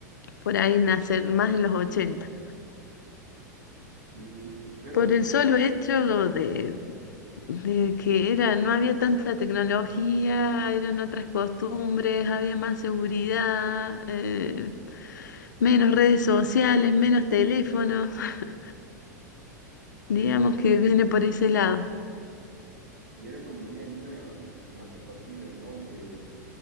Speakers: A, on the left (about 80°); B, on the right (about 60°).
A: por ahí nacer más en los 80.
B: y pues era,
A: Por el solo hecho de, de que era, no había tanta tecnología, eran otras costumbres, había más seguridad, eh, menos redes sociales, menos teléfonos, <laughs> digamos
B: y era,
A: que viene por ese lado.
B: y era como una vida más apacible, ¿no? Aunque